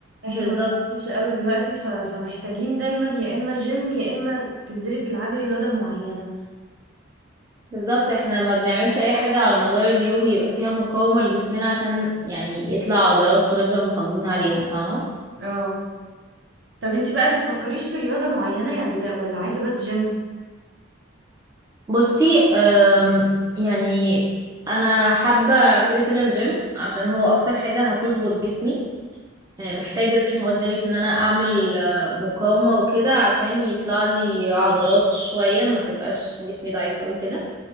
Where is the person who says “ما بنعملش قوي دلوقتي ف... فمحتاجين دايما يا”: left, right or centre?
Right